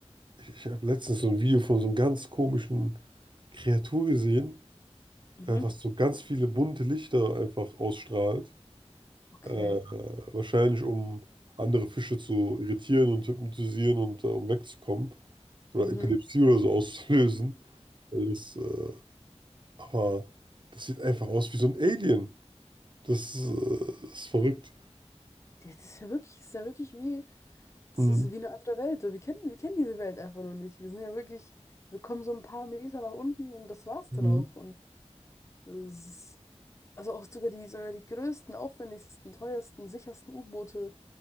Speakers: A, on the right; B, on the left.
A: Ich, ich habe letztens so ein Video von so einem ganz komischen Kreatur gesehen,
B: Mhm.
A: äh, was so ganz viele bunte Lichter einfach ausstrahlt.
B: Okay.
A: Äh, wahrscheinlich um andere Fische zu irritieren und hypnotisieren und äh, um wegzukommen. Oder
B: Mhm.
A: Epilepsie oder so auszulösen. Das, äh, aber das sieht einfach aus wie so ein Alien. Das, äh, ist verrückt.
B: Ja, Das ist ja wirklich, das ist ja wirklich wie, das
A: Mhm.
B: ist wie eine andere Welt. so wir kennen, wir kennen diese Welt einfach noch nicht. Wir sind ja wirklich, wir kommen so ein paar Meter nach unten und das war's
A: Mhm.
B: dann auch. Und es ist, also auch sogar die, sogar die größten, aufwendigsten, teuersten, sichersten U-Boote